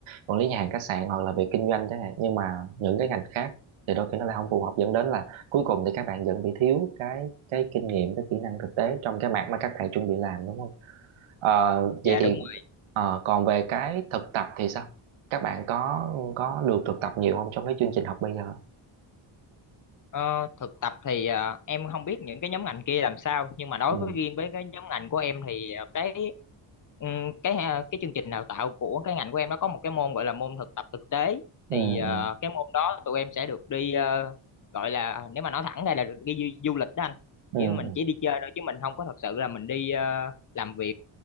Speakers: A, on the right; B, on the left.
A: quản lý nhà hàng khách sạn hoặc là về kinh doanh chẳng hạn nhưng mà những cái ngành khác thì đôi khi nó lại không phù hợp dẫn đến là cuối cùng thì các bạn vẫn bị thiếu cái cái kinh nghiệm cái kỹ năng thực tế trong cái mảng mà các bạn chuẩn bị làm đúng không Ờ,
B: Dạ
A: vậy thì
B: đúng rồi.
A: ờ, còn về cái thực tập thì sao các bạn có có được thực tập nhiều không trong cái chương trình học bây giờ
B: Ờ, thực tập thì ờ, em không biết những cái nhóm ngành kia làm sao, nhưng mà đối
A: ừ
B: với riêng với cái nhóm ngành của em thì ờ, cái Ừ, cái ha- cái chương trình đào tạo của cái ngành của em nó có một cái môn gọi là môn thực tập thực tế
A: ừ
B: thì ờ,
A: ừ
B: cái môn đó tụi em sẽ được đi ờ, gọi là nếu mà nói thẳng ra là được đi du, du lịch đó anh
A: ừ
B: chỉ mình
A: ừ.
B: chỉ đi chơi thôi chứ mình không có thật sự là mình đi ờ, làm việc